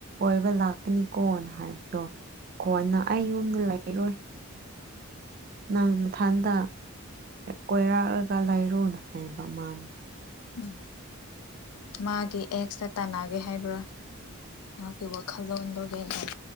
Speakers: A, on the right (about 40°); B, on the left (about 80°).
A: ꯍꯥꯏꯕ ꯂꯥꯛꯀꯅꯤꯀꯣꯅ ꯍꯥꯏꯕꯗꯣ ꯀꯣꯟꯅ ꯑꯩ ꯌꯨꯝꯗ ꯂꯩꯔꯣꯏ ꯅꯪ ꯃꯊꯟꯗ ꯀꯣꯏꯔꯥꯛꯂꯒ ꯂꯩꯔꯨꯅ ꯍꯥꯏꯕ ꯃꯥꯅꯦ
B: ꯎꯝ ꯃꯥꯒꯤ ꯑꯦꯛꯁꯇ ꯇꯥꯟꯅꯒꯦ ꯍꯥꯏꯕ꯭ꯔꯥ ꯃꯥ ꯏ ꯋꯥ ꯀꯜꯗ ꯑꯣꯟꯒ ꯌꯦ ꯍꯥꯏ